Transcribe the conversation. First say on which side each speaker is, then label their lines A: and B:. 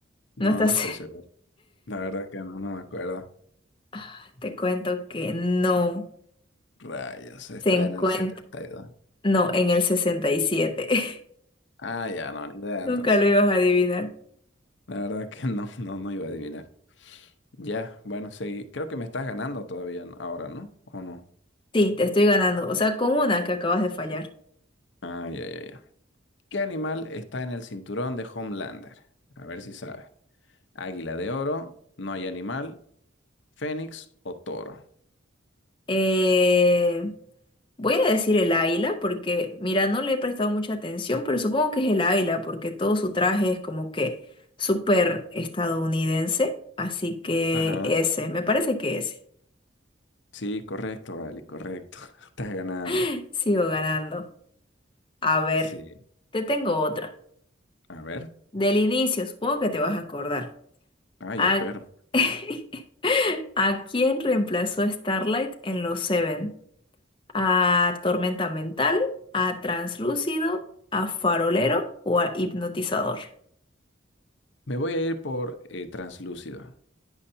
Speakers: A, on the left; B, on the left.
A: No,
B: No estás.
A: no estoy seguro. La verdad que no, no me acuerdo.
B: <laughs> Te cuento que no.
A: Rayos, está
B: Se encuentra.
A: en el 72.
B: No, en el 67. <laughs>
A: Ah, ya no, ni idea
B: Nunca
A: entonces.
B: lo ibas a adivinar.
A: La verdad que <laughs> no, no, no iba a adivinar. Ya, bueno, sí. Creo que me estás ganando todavía ¿no? ahora, ¿no? ¿O no?
B: Sí, te estoy ganando. O sea, con una que acabas de fallar.
A: Ah, ya, ya, ya. ¿Qué animal está en el cinturón de Homelander? A ver si sabes. Águila de oro, no hay animal, fénix o toro.
B: Eh, voy a decir el águila porque, mira, no le he prestado mucha atención, pero supongo que es el águila porque todo su traje es como que súper estadounidense. Así que
A: Ajá.
B: ese, me parece que ese.
A: Sí, correcto, vale, correcto. <laughs> Estás ganando.
B: <laughs> Sigo ganando. A ver,
A: Sí.
B: te tengo otra.
A: A ver.
B: Del inicio, supongo que te vas a acordar.
A: Ay,
B: ¿A,
A: espero.
B: <laughs> ¿A quién reemplazó Starlight en los Seven? a tormenta mental, a translúcido, a farolero o a hipnotizador.
A: Me voy a ir por eh, translúcido.